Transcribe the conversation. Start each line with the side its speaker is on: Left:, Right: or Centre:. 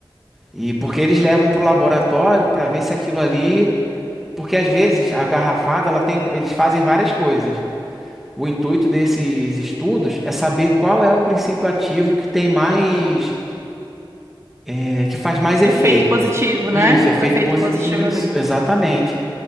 Centre: E porque eles levam para o laboratório para ver se aquilo ali. Porque às vezes a garrafada, ela tem, eles fazem várias coisas. O intuito desses estudos é saber qual é o princípio ativo que tem mais, é, que faz mais efeito.
Right: Efeito positivo, né?
Centre: Isso, efeito
Right: O efeito
Centre: positivo.
Right: positivo
Centre: Isso,
Right: ali.
Centre: exatamente.